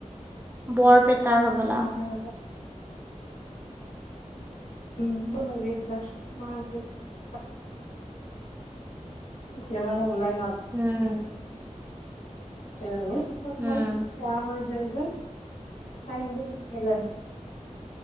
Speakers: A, on the right; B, on the left.
A: বৰপেটাৰ হবলা।
B: অ', সেনেকুৱা <unintelligible> এতিয়া মানে ওলাই
A: উম!
B: জান পিছত
A: উম
B: মানে বেয়া হৈ যায় পাই <unintelligible>